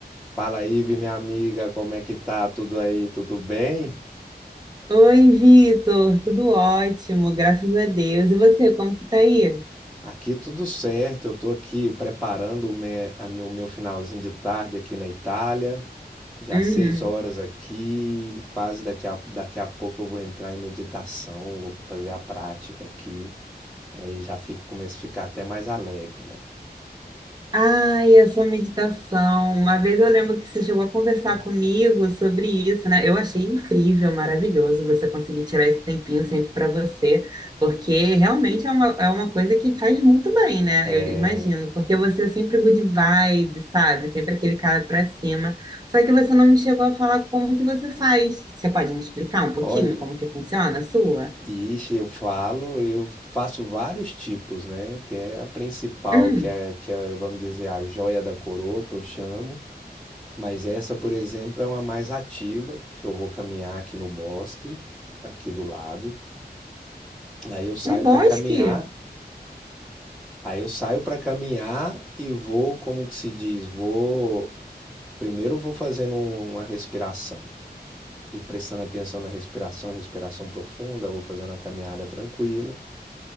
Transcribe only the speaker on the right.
Oi, Vitor, tudo ótimo, graças a Deus. E você, como que tá aí?
Uhum.
Ai, a sua meditação. Uma vez eu lembro que você chegou a conversar comigo sobre isso, né? Eu achei incrível, maravilhoso você conseguir tirar esse tempinho sempre para você, porque realmente é uma, é uma coisa que faz muito bem, né?
Eu imagino, porque você é sempre good vibe, sabe? Sempre aquele cara para cima. Só que você não me chegou a falar como que você faz. Você pode me explicar um pouquinho
como que funciona a sua?
Hum,
um bosque?